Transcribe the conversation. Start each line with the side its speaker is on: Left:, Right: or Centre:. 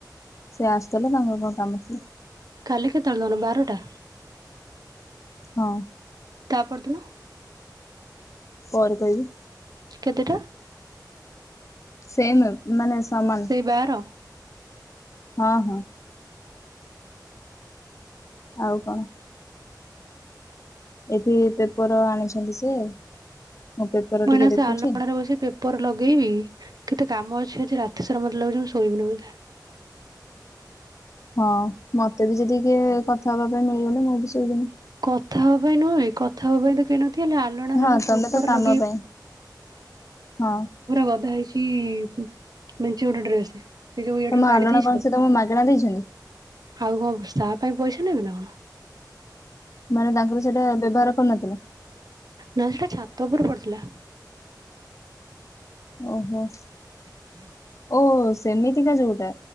Left: ସେ ଆସୁଥିଲା, ତାଙ୍କର କଣ କାମ ଥିଲା।
Right: କାଲି କେତେବେଳେ ନହେଲେ ବାରଟା?
Left: ହଁ।
Right: ତା ପରଦିନ?
Left: ପରେ କହିବି।
Right: କେତେଟା?
Left: ସେମ, ମାନେ ସମାନ
Right: ସେଇ ବାର।
Left: ହଁ ହଁ। ଆଉ କଣ? ଏଠି ପେପର ଆଣିଛନ୍ତି ସେ। ମୁଁ ପେପର
Right: ମନା
Left: ଟିକେ ଦେଖୁଛି
Right: ସେ <unintelligible> <unintelligible> ଲଗେଇବି। କେତେ କାମ ଅଛି, ଆଜି ରାତିସାରା ମୋତେ ଲାଗୁଉଛି ମୁଁ ଶୋଇବିନି ବୋଧେ।
Left: ହଁ, ମତେ ବି ଯଦି ଟିକେ କଥା ହବା ପାଇଁ ମିଳିଗଲେ ମୁଁ ବି ଶୋଇବିନି।
Right: କଥା ହବା ପାଇଁ ନୁହଁରେ କଥା ହବା ପାଇଁ ତ କେଇ ନଥିବେ ହେଲେ ଆ <unintelligible>
Left: ହଁ ତମେ
Right: <unintelligible>
Left: ତ
Right: ପୁରା
Left: କାମ ପାଇଁ ହଁ
Right: ଗଧା ହେଇଛି, ମେଞ୍ଚେ ଗୋଟେ ଡ୍ରେସ। ସେ ଯୋଉ ଇଆଡରୁ
Left: ତମ
Right: କାଢି
Left: ଆଲଣ
Right: ଦେଇଛି
Left: କଣ
Right: ତ
Left: ସେ ତମ ମାଗଣା ଦେଇଛନ୍ତ?
Right: ଆଉ କଣ ତା ପାଇଁ ପଇସା ନେବେ ନା କଣ।
Left: ମାନେ ତାଙ୍କର ସେଇଟା ବ୍ୟବହାର କରିନଥିଲେ?
Right: ନା ସେଟା ଛାତ ଉପୁରୁ ପଡିଥିଲା।
Left: ଓହୋ।
Right: <unintelligible>
Left: ଓ ସେମିତିକା ଯୋଉଟା।